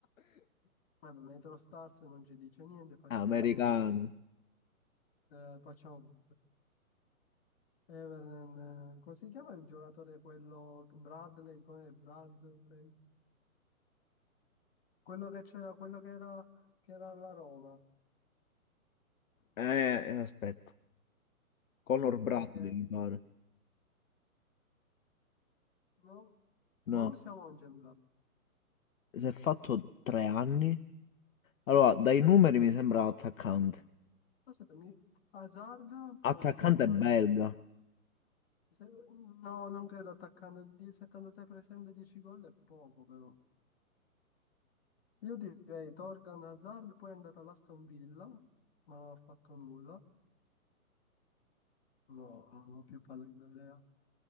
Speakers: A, on the left (about 45°); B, on the left (about 60°).
A: Vabbè, Metro Stars non ci dice niente, facciamo...
B: Americano.
A: eh, facciamo... Everton, eh, come si chiama il giocatore quello Bradley? Com'è Bradley? Quello che c'era, quello che era, che era alla Roma,
B: Eh, eh, aspetta. Conor
A: quello
B: Bradley,
A: che
B: mi pare.
A: No?
B: No,
A: Borussia Mönchengladbach.
B: si è fatto tre anni. Allora, dai numeri mi sembra attaccante.
A: Aspettami, Hazard, però
B: Attaccante
A: dico il fratello.
B: è belga.
A: No, non credo attaccando di 76 presenze 10 gol è poco però. Io direi Torgan Hazard, poi è andata all'Aston Villa, ma non ha fatto nulla. No, non ho più palle di idea.